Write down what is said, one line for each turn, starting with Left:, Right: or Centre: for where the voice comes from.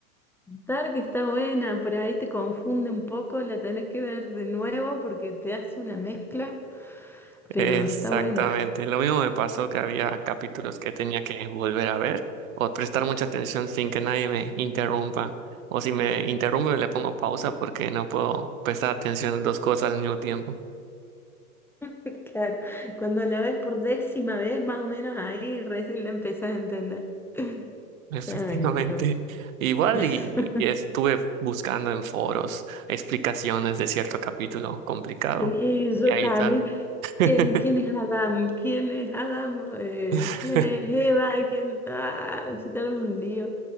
Centre: Dark está buena, por ahí te confunde un poco, la tenés que ver de nuevo porque te hace una mezcla, pero
Right: Exactamente.
Centre: está buena.
Right: Lo mismo me pasó que había capítulos que tenía que volver a ver o prestar mucha atención sin que nadie me interrumpa. O si me interrumpe le pongo pausa porque no puedo prestar atención a dos cosas al mismo tiempo.
Centre: <laughs> Claro, cuando la ves por décima vez, más o menos ahí recién la empezás a entender. <laughs>
Right: <laughs> Efectivamente.
Centre: Ay, no.
Right: Igual
Centre: <laughs>
Right: y, y estuve buscando en foros explicaciones de cierto capítulo complicado.
Centre: Sí, yo
Right: Y ahí
Centre: también
Right: tal. <laughs>
Centre: ¿Quién, quién es Adam? ¿Quién es Adam? Eh,
Right: <laughs>
Centre: ¿quién es Eva? ¿Quién... Ah, se te arma un lío.